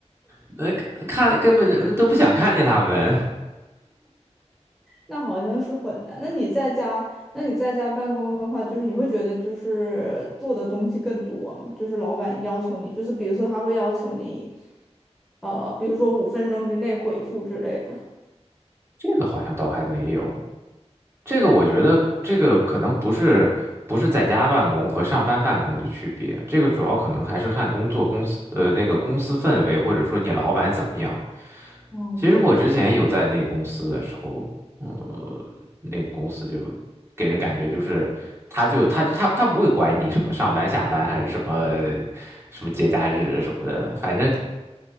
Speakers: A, on the right; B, in the centre.
A: 那看根本就都不想看见他们，
B: 那好像是混的。那你在家，那你在家办公的话，就是你会觉得就是做的东西更多嘛？就是老板要求你，就是比如说他会要求你，呃，比如说五分钟之内回复之类的。
A: <laughs> 这个好像倒还没有。这个我觉得，这个可能不是不是在家办公和上班办公的区别，这个主要可能还是看工作公司呃那个公司氛围，或者说你老板怎么样。
B: 嗯，
A: 其实我之前有在那公司的时候，
B: 对，
A: 呃，那个公司就给人感觉就是他就他他他不会管你什么上班下班还是什么什么节假日什么的，反正